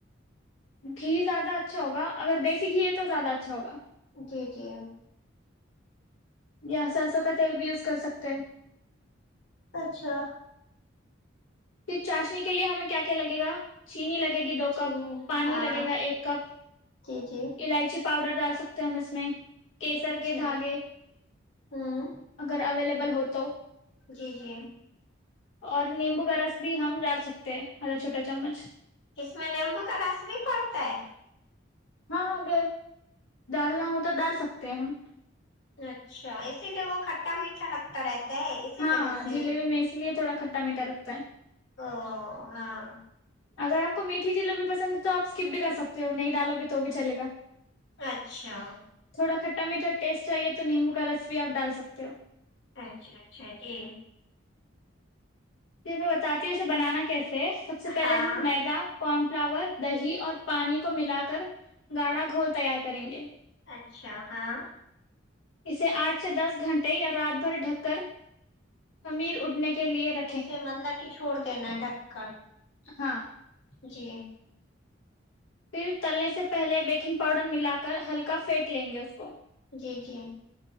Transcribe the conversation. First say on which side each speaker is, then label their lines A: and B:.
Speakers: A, on the left; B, on the left.
A: گھی زیادہ اچھا ہوگا اگر د یسی گھی ہے تو زیادہ اچھا ہوگا
B: جی جی
A: یا سرسوں کا تیل بھی یوز کر سکتے
B: اچھا
A: پھر چاشنی کے لیے ہمیں کیا کیا لگے گا چینی لگے گی دو کپ
B: چینی
A: پانی
B: ہاں
A: لگے گا ایک کپ
B: جی جی
A: الائچی پاؤڈر ڈال سکتے ہیں ہم اس میں کیسر
B: اچھا
A: کے دھاگے
B: ہوں
A: اگر اویلیبل ہو تو
B: جی جی
A: اور نیمبو کا رس بھی ہم ڈال سکتے ہیں آدھا چھوٹا چمچ
B: اس میں نیمبو کا رس بھی پڑتا ہے
A: ہاں اگر دالنا ہو تو ڈال سکتے ہیں ہم
B: اچھا اسی لیے وہ کھٹا میٹھا لگتا رہتا ہے اسی
A: ہاں
B: وجہ سے
A: جلیبی میں اس لیے تھوڑا کھٹا میٹھا لگتا ہے
B: او ہاں
A: اگر آپ کو میٹھی جلیبی پسند ہے تو آپ اسکپ بھی کر سکتے ہو نہیں ڈالو گے تو بھی چلے گا
B: اچھا
A: تھوڑا کھٹا میھٹا ٹیسٹ چاہیے تو نمبو کا رس بھی آپ ڈال سکتے ہو
B: اچھا اچھا جی
A: پھر میں بتاتی ہوں اسے بنانا کیسے ہے سب سے پہلے
B: ہاں
A: ہم میدا کارن فلاور دہی اور پانی کو ملا کر گاڑھا گھول تیار کریں گے
B: اچھا ہاں
A: اسے آٹھ سے دس گھنٹے یا رات بھر ڈھک کر خمیر اٹھنے کے لیے رہ
B: اسے مطلب کہ چھوڑ دینا ڈھک کر
A: ہاں
B: جی
A: پھر تلنے سے پہلے بیکنگ پاؤڈر ملا کر ہلکا فھینٹ لیں گے اس کو
B: جی جی